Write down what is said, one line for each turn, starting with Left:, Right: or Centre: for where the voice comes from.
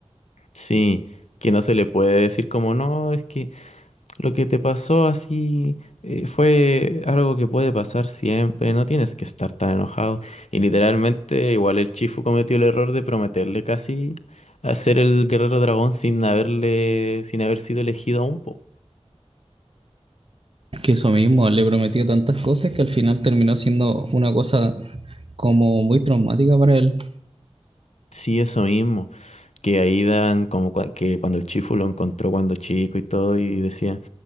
Left: Sí, que no se le puede decir como no, es que Lo que te pasó así eh, fue algo que puede pasar siempre, no tienes que estar tan enojado. Y literalmente, igual el Chifu cometió el error de prometerle casi a ser el guerrero dragón sin haberle, sin haber sido elegido aún. po.
Right: Que eso mismo, le prometió tantas cosas que al final terminó siendo una cosa como muy traumática para él.
Left: Sí, eso mismo, que ahí dan como cua- que cuando el Chifu lo encontró cuando chico y todo y decía,